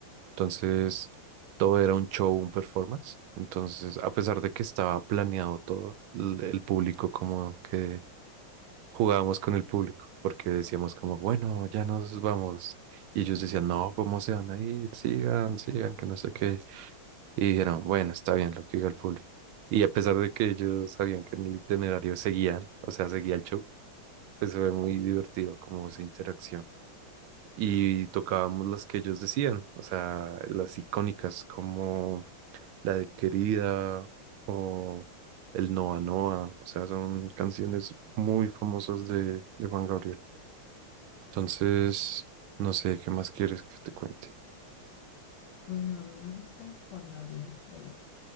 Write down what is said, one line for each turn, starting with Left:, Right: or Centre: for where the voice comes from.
Right: Entonces, todo era un show, un performance. Entonces, a pesar de que estaba planeado todo, l- el público como que jugábamos con el público, porque decíamos como, bueno, ya nos vamos. Y ellos decían, no, ¿cómo se van a ir? Sigan, sigan, que no sé qué. Y dijeron, bueno, está bien lo que diga el público. Y a pesar de que ellos sabían que en el itinerario seguían, o sea, seguía el show, pues se ve muy divertido como esa interacción. Y tocábamos las que ellos decían, o sea, las icónicas como la de Querida o el Noa Noa, o sea, son canciones muy famosas de, de Juan Gabriel. Entonces, no sé, ¿qué más quieres que te cuente?
Left: Bueno, a mí me gusta Juan Gabriel, de hecho.